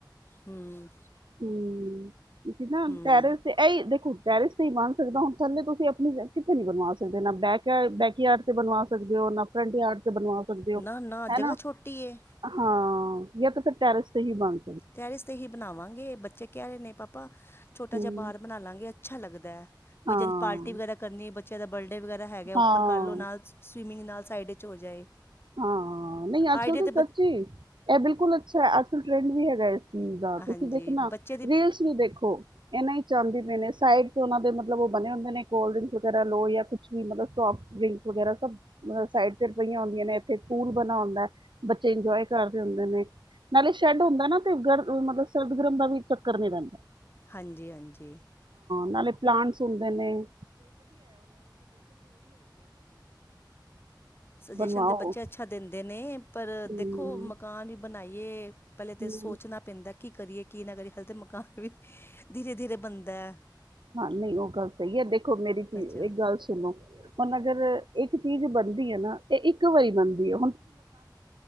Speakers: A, on the left; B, on the right.
A: ਹਮ
B: ਹੂੰ ਕਿੳਕੀ ਨਾ,
A: ਹਮ
B: ਟੈਰਿਸ ਤੇ ਇਹੀ ਦੇਖੋ ਟੈਰਿਸ ਤੇ ਹੀ ਬਣ ਸਕਦਾ ਹੁਣ ਥੱਲੇ ਤੁਸੀਂ ਆਪਣੀ ਕਿੱਥੇ ਨਈ ਬਣਵਾ ਸਕਦੇ ਬੈਕ ਯਾਰਡ ਤੇ ਬਣਵਾ ਸਕਦੇ ਹੋ। ਣ ਆਪਰ ਆ <unintelligible> <inaudible> ਬਣਵਾ ਸਕਦੇ
A: ਨਾ
B: ਹੋ,
A: ਨਾ ਜਗ੍ਹਾ
B: ਹੈਨਾ
A: ਛੋਟੀ ਏ
B: ਹਾਂ ਯਾਂ ਤੇ ਫਿਰ ਟੈਰਿਸ ਤੇ ਹੀ ਬੰ
A: ਟੈਰਿਸ, ਤੇ ਹੀ ਬਣਾਵਾਂਗੇ, ਬੱਚੇ ਕਹਿ ਰਹੇ ਨੇ ਪਾਪਾ ਛੋਟਾ
B: ਹੂੰ
A: ਜਿਹਾ, ਬਾਰ ਬਣਾ ਲਾਂਗੇ ਅੱਛਾ ਲੱਗਦਾ ਏ, ਕੋਈ
B: ਹਾਂ
A: ਪਾਰਟੀ ਵਗੈਰਾ ਕਰਨੀ, ਬੱਚਿਆਂ ਦਾ ਬਰਡੇ ਬਰਡੇ, ਵਗੈਰਾ ਹੈਗਾ
B: ਹਾਂ
A: ਉੱਪਰ ਕਰ ਲਓ, ਨਾਲ ਸਵੀਮਿੰਗ, ਨਾਲ ਸਾਈਡ ਚ ਹੋ ਜਾਏ।
B: ਹਾਂ, ਨਹੀਂ ਅੱਜ
A: ਆਈਡੀਆ
B: ਕੱਲ ਤਾਂ
A: ਤੇ
B: ਸੱਚੀ
A: ਬ
B: ਟੀਵੀ, ਲਾ ਨਈ
A: ਹਾਂਜੀ
B: ਦੇਖਣਾ,
A: ਬੱਚੇ ਦੀ
B: ਰੀਲਸ ਵੀ ਦੇਖੋ। ਇਹਨਾ ਹੀ ਚ ਆਦੀ ਪਏ ਨੇ ਸਾਈਡ ਤੇ ਉਹਨਾਂ ਦੇ ਮਤਲਬ ਉਹ ਬਣੇ ਹੁੰਦੇ ਨੇ ਕੋਲਡ ਡਰਿੰਕਸ ਵਗੈਰਾ ਲੋ ਜਾਂ ਕੁਛ ਵੀ ਮਤਲਬ <inaudible> ਵੇਸਟ, ਵਗੈਰਾ ਸਭ ਸਾਈਡ ਤੇ ਪਈਆਂ, ਹੁੰਦੀਆਂ ਨੇ। ਤੇ ਪੂਲ, ਬਣਾ ਹੁੰਦਾ ਏ, ਬੱਚੇ ਇੰਜੋਏ ਕਰਦੇ ਹੁੰਦੇ ਨੇ। ਨਾਲੇ ਸ਼ੈੱਡ ਹੁੰਦਾ ਨਾ, ਮਤਲਬ ਸਰਦ ਗਰਮ ਦਾ ਵੀ ਚੱਕਰ ਨੀ ਰਹਿਣਾ
A: ਹਾਂਜੀ ਹਾਂਜੀ।
B: ਨਾਲੇ ਪਲਾਂਟਸ ਹੁੰਦੇ ਨੇ
A: ਸੁਜੈਸ਼ਨ
B: ਬਣਵਾਓ
A: ਤੇ, ਬੱਚੇ ਅੱਛਾ ਦਿੰਦੇ ਨੇ, ਪਰ
B: ਹਮ,
A: ਦੇਖੋ ਮਕਾਨ ਪਹਿਲੇ ਤੇ
B: ਹਮ।
A: ਸੋਚਣਾ ਪੈਂਦਾ, ਕੀ ਕਰੀਏ ਕੀ, ਅੱਜ ਕੱਲ ਮਕਾਨ ਵੀ ਧੀਰੇ ਧੀਰੇ ਬਣਦਾ ਐ
B: ਹਾਂ, ਨਹੀਂ ਉਹ ਗੱਲ ਸਹੀ ਏ, ਦੇਖੋ ਮੇਰੀ
A: ਅੱਛਾ
B: ਇਕ ਗੱਲ ਸੁਣੋ ਹੁਣ, ਅਗਰ ਇੱਕ ਚੀਜ਼ ਬਣਦੀ ਹੈ ਨਾ ਤੇ ਇੱਕ ਵਾਰੀ ਬਣਦੀ ਹੈ।